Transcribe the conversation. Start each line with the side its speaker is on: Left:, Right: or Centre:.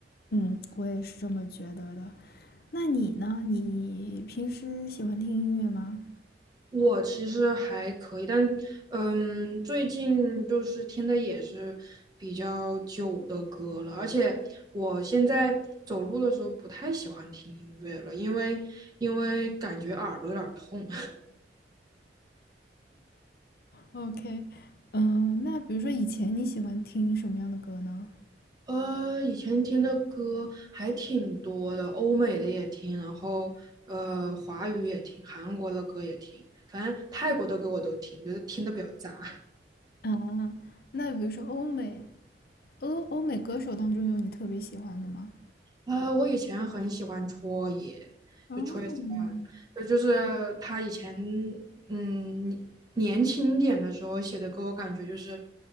Left: 嗯，我也是这么觉得的。那你呢？你平时喜欢听音乐吗
Right: 我其实还可以，但嗯，最近就是听的也是比较久的歌了，而且我现在走路的时候不太喜欢听音乐了，因为因为感觉耳朵有点儿痛。
Left: ？OK，嗯，那比如说以前你喜欢听什么样的歌呢？
Right: 呃，以前听的歌还挺多的，欧美的也听，然后呃，华语也听，韩国的歌也听，反正泰国的歌我都听，就是听的比较杂。
Left: 啊，那比如说欧美欧欧美歌手当中有你特别喜欢的吗？
Right: 呃，我以前很喜欢戳爷，
Left: 哦，
Right: 就戳爷 o n 就就是他以前嗯年年轻点的时候写的歌，我感觉就是